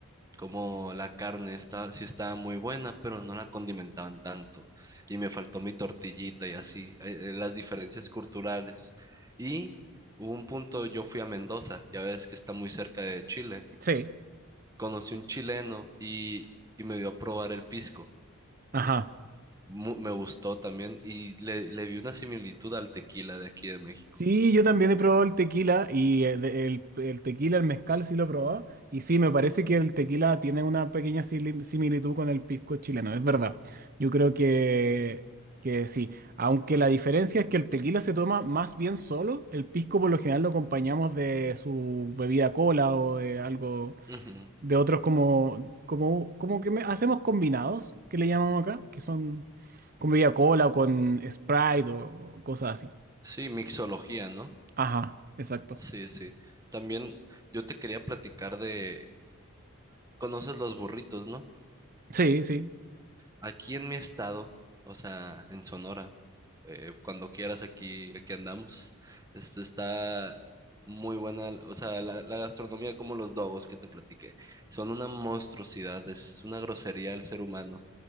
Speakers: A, on the right; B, on the right.
A: como la carne estaba, sí estaba muy buena, pero no la condimentaban tanto. Y me faltó mi tortillita y así, eh, eh, las diferencias culturales. Y hubo un punto, yo fui a Mendoza, ya ves que está muy cerca de Chile.
B: Sí.
A: Conocí un chileno y, y me dio a probar el pisco.
B: Ajá.
A: Mu- me gustó también y le, le vi una similitud al tequila de aquí de México.
B: Sí, yo también he probado el tequila y eh, de- el, el tequila, el mezcal sí lo he probado. Y sí, me parece que el tequila tiene una pequeña sili- similitud con el pisco chileno, es verdad. Yo creo que, que sí. Aunque la diferencia es que el tequila se toma más bien solo, el pisco por lo general lo acompañamos de su bebida cola o de algo,
A: Ujú.
B: de otros como, como, como que me- hacemos combinados, que le llamamos acá, que son con bebida cola o con Sprite o cosas así.
A: Sí, mixología, ¿no?
B: Ajá, exacto.
A: Sí, sí. También yo te quería platicar de, ¿conoces los burritos, no?
B: Sí, sí.
A: Aquí en mi estado, o sea, en Sonora, eh, cuando quieras aquí, aquí andamos. Este está muy buena, o sea, la, la gastronomía como los dogos que te platiqué, son una monstruosidad, es una grosería al ser humano